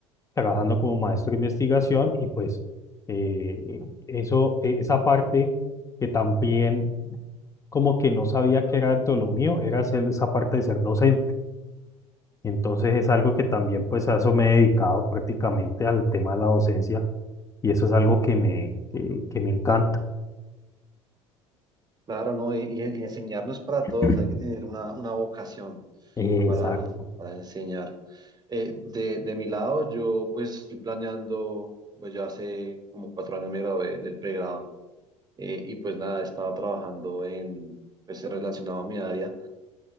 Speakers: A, on the left; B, on the right.
A: trabajando como maestro de investigación y pues eh, eso, eh, esa parte que también como que no sabía que era dentro de lo mío, era hacer esa parte de ser docente. Entonces es algo que también pues a eso me he dedicado prácticamente al tema de la docencia y eso es algo que me, que, que me encanta.
B: Claro, no, y, y- y enseñar no es para
A: <clears throat>
B: todos, hay que tener una, una vocación
A: Exacto.
B: para, para enseñar. Eh, de, de mi lado, yo pues estoy planeando, pues ya hace como cuatro años me gradué del pregrado eh, y pues nada, estaba trabajando en, pues relacionado a mi área.